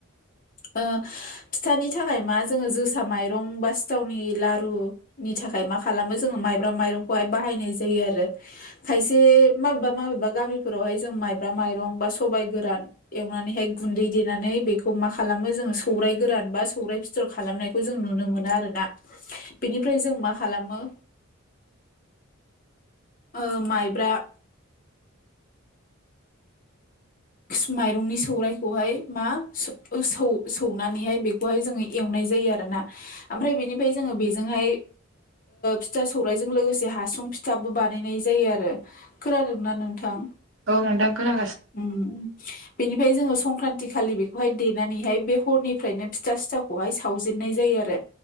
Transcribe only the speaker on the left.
ओ फिथानि थाखाय मा जोङो जोसा माइरं बा सिथावनि लारु नि थाखाय मा खालामो जोङो माइब्रा माइरंखौहाय बाहायनाय जायो आरो खायसे माबेबा माबेबा गामिफोरावहाय जों माइब्रा माइरं बा सबाय गोरान एवनानैहाय गुन्दै देनानै बेखौ मा खालामो जोङो सौराय गोरान बा सौराइ फिथर खालामनायखौ जों नुनो मोना आरोना बेनिफ्राय जों मा खालामो ओ माइब्रा माइरंनि सौरायखौहाय मा सो सौ सौनानैहाय बे बेखौहाय जोङो एवनाय जायो आरोना ओमफ्राय बेनिफ्राय जोङो बेजोंहाय फिथा सौराइजों लोगोसे हासुं फिथाबो बानायनाय जायो आरो खोनादोंना नोंथां?
ओम बिनिफ्राय जोङो संक्रान्ति खालि बेखौहाय देनानैहाय बे हरनिफ्रायनो फिथा सिथाव खौहाय सावजेननाय जायो आरो